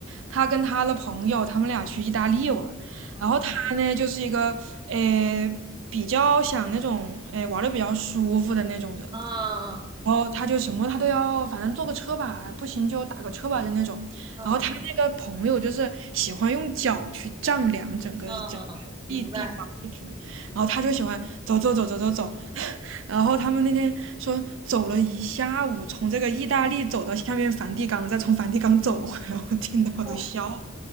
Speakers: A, on the right; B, on the right.
A: 他跟他的朋友，他们俩去意大利玩儿然后他呢就是一个呃比较想那种呃玩的比较舒服的那种人。
B: 嗯嗯
A: 然后他就什么他都要，反正坐个车吧，不行就打个车吧，就那种。
B: 嗯
A: 然后他那个朋友就是喜欢用脚去丈量整个整个地地方地图，
B: 嗯嗯，明白。
A: 然后他就喜欢走走走走走走。<laughs> 然后他们那天说走了一下午，从这个意大利走到下面梵蒂冈，再从梵蒂冈走回来，我听的我都笑了
B: 我